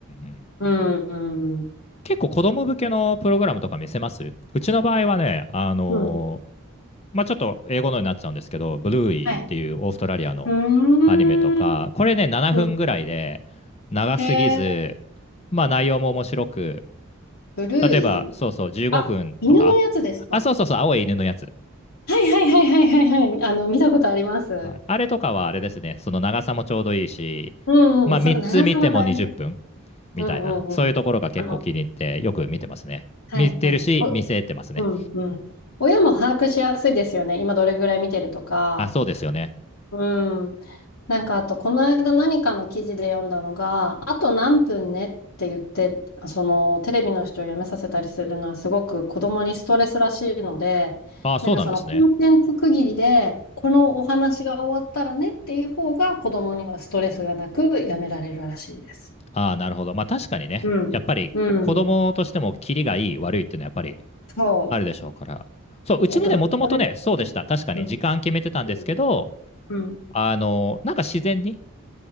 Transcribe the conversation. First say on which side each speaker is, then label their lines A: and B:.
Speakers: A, on the left; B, on the left.
A: ん。
B: うん、うん、
A: 結構子供向けのプログラムとか見せますうちの場合はね、あのー
B: うん。
A: まあ、ちょっと英語のになっちゃうんですけど、ブルーイーっていうオーストラリアの
B: はいうーん。
A: アニメとか、これね、7分ぐらいで長すぎず、
B: うん。へえ、
A: まあ内容も面白く、
B: ブルーイ
A: 例えば、そうそう、15分とか、
B: あ、犬のやつですかは
A: あ、そうそうそう、青い犬のやつ。
B: いはいはいはいはいはい。あの、見たことあります。
A: はい、あれとかはあれですね、その長さもちょうどいいし、
B: うんうん。
A: まあ3つ見ても20分
B: そう、長さも大事です。
A: みたいな、
B: うんうんうん。
A: そういうところが結構気に入ってよく見てますね。
B: あの、はいはい。
A: 見てるし、
B: お、
A: 見せてますね。
B: うんうん。親も把握しやすいですよね。今どれぐらい見てるとか。
A: あ、そうですよね。
B: うん。なんかあと、この間何かの記事で読んだのが、あと何分ねって言って、そのテレビの視聴をやめさせたりするのはすごく子供にストレスらしいので、
A: あ、そうなんですね。
B: なんかそのコンテンツ区切りで、このお話が終わったらねっていう方が子供にはストレスがなくやめられるらしいです。
A: あ、なるほど。まあ確かにね、
B: うん。
A: やっぱり子供としてもキリがいい悪いっていうのはやっぱり
B: うん。そう。
A: あるでしょうから。そう、
B: 大人もそうですね。
A: うちもね、もともとね、そうでした。確かに時間決めてたんですけど、
B: うん。うん。うん
A: あの、なんか自然に、